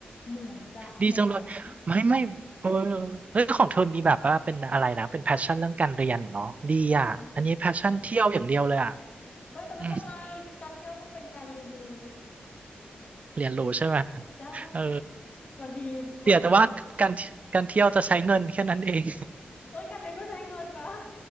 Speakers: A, on the left (about 40°); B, on the right (about 40°).
A: เหมือนจะขยัน
B: ดีจังเลย ไม่ไม่เออเฮ้ยของเธอมีแบบว่าเป็นอะไรนะ เป็นแพชชั่นเรื่องการเรียนเนาะดีอ่ะอันนี้แพชชั่นเที่ยวอย่างเดียวเลยอ่ะ
A: <laughs> ใช่เอ้ยแต่ไม่เป็นไรที่การเที่ยวก็เป็นการเรียนรู้
B: อืมเรียนรู้ใช่ไหม
A: ใช่
B: เออ
A: บางทีบท
B: เสียแต่ว่าการการเที่ยวจะใช้เงินแค่นั้นเอง
A: เอ้ยการเรียนก็ใช้เงินนะ